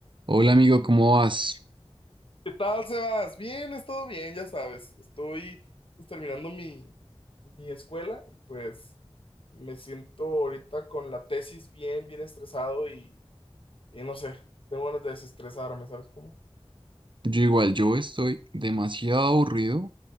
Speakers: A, on the right; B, on the left.
A: Hola amigo, ¿cómo vas?
B: ¿Qué tal, Sebas? Bien, es todo bien, ya sabes. Estoy pues, terminando mi, mi escuela y pues me siento ahorita con la tesis bien, bien estresado y, y no sé, tengo ganas de desestresarme, ¿sabes cómo?
A: Yo igual, yo estoy demasiado aburrido